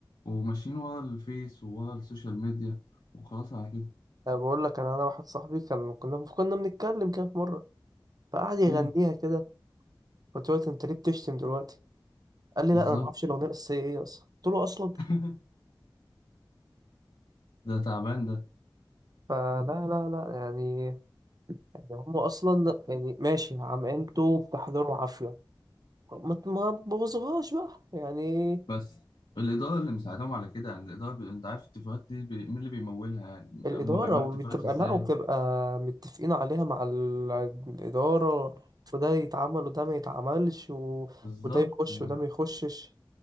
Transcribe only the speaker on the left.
وماشيين ورا الفيس وورا السوشيال ميديا وخلاص على كده
امم
بالظبط
<laughs> ده تعبان ده
بس الإدارة اللي مساعدهم على كده يعني الإدارة بي... أنت عارف الاتفاقات دي بي... مين اللي بيمولها يعني
هما بيعملوا
اتفاقات إزاي
بالظبط
يعني.